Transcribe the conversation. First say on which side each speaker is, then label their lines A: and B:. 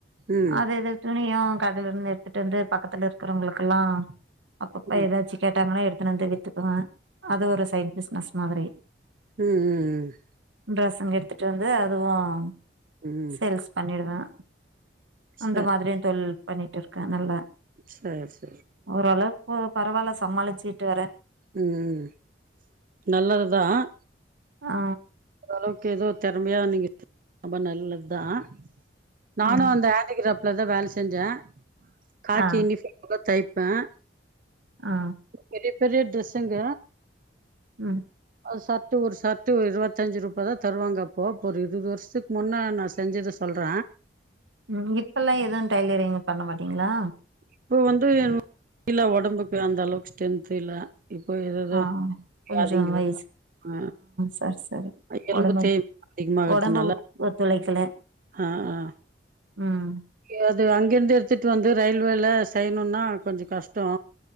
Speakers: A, on the right; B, on the right.
A: ம்
B: அது இது துணியு கடலந்து எடுத்துட்டு வந்து பக்கத்துல இருக்கிறவங்களுக் கெல்லா அப்பப்ப
A: ம்
B: ஏதாச்சு கேட்டாங்கனா எடுத்துனு வந்து வித்துக்வே அது ஒரு சைட் பிஸ்னஸ் மாதிரி
A: ம் ம் ம்
B: இந்த ட்ரஸ்ஸுங்க எடுத்துட்டு வந்து அதுவும்
A: ம்
B: சேல்ஸ் பண்ணிடுவேன் அந்த
A: சரி
B: மாதிரியும் தொழில் பண்ணிட்டு இருக்கேன் நல்லா
A: சேர் ஸ்
B: ஓரளவுக்கு போ பரவாயில்ல சமாளிச்சுட்டு வரேன்
A: ம் நல்லதுதான்
B: ஆ
A: ஓளவுக்கு ஏதோ திறமையா நீங்க ரொம்ப நல்லது தான் நானும்
B: ம்
A: அந்த ஹேண்டிகிராப் அங்கதான் வேலை செஞ்சேன் காக்கி
B: ஆ
A: யூனிஃபார்ம் தைப்பேன்
B: ஆ
A: பெரிய பெரிய ட்ரெஸ்ஸங்க
B: ம்
A: அது சாப்ட்டு ஒரு சத்து ஒருஇதுவா பத்தஞ்சு ரூபா தான் தருவாங்கப்போ இப்போ ஒரு இருபது வருஷத்துக்கு முன்னே நான் செஞ்சத சொல்ற
B: ம் இப்பெல்லாம் எதுவும் டைலரிங் பண்ண மாட்டீங்களா
A: இப்போ வந்து இல்ல உடம்புக்கு அந்த அளவுக்கு ஸ்டென்த்து இல்ல இப்போ ஏதேதோ
B: ஆ கொஞ்சோ
A: அதிங்க
B: வயசு
A: வர்தா ஆ
B: சரி சரி
A: அ எலும்புத்தேய்மானம்
B: உடம்பு
A: அதிகமாகிறதுனால
B: ஒடம்பு ஒத் ஒத்துழைக்கல
A: ஆ ஆ
B: ம்
A: எ அது அங்கிருந்து எடுத்துட்டு வந்து ரயில்வேல செய்யணுன்னா கொஞ்சோ கஷ்டோ